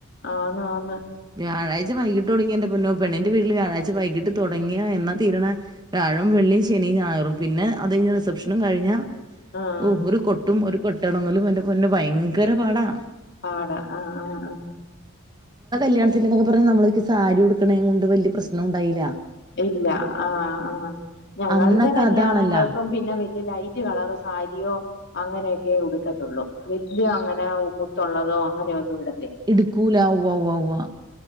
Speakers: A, on the left; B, on the right.
A: ആന്ന് ആന്ന്
B: വ്യാഴാഴ്ച വൈകിട്ട് തൊടങ്ങിയ എന്റെ പൊന്നു പെണ്ണിന്റെ വീട്ടില് വ്യാഴാഴ്ച വൈകിട്ട് തുടങ്ങിയാ എന്നാ തീരണേ വ്യാഴം, വെള്ളിയും, ശനും, ഞായറും പിന്നെ അത് കഴിഞ്ഞ റിസെപ്ഷനും കഴിഞ്ഞ
A: ആഹ്
B: ഓ ഒരു കൊട്ടും ഒരു കൊട്ടണമെങ്കിലും എന്റെ പൊന്നെ ഭയങ്കര പാടാ
A: പാട ആ ആ ആ
B: കല്യാണത്തിന്ന്നോക്കെ പറഞ്ഞ നമ്മളൊക്കെ സാരി ഉടുക്കണേ കൊണ്ട് വലിയ പ്രശ്നുണ്ടായില്ല
A: ഇല്ല ആ ആ ഞങ്ങളുടെ
B: അന്നൊക്കെ
A: കല്യാണങ്ങൾക്കും
B: അതാണല്ല
A: പിന്നെ വ ലൈറ്റ് കളർ സാരിയോ അങ്ങനെയൊക്കെ ഉടുക്കത്തുള്ളൂ വല്യഅങ്ങനെ മുത്തുള്ളതോ അങ്ങനെയൊന്നും ഇട
B: ഇടുക്കൂല ഉവ്വ വ വാ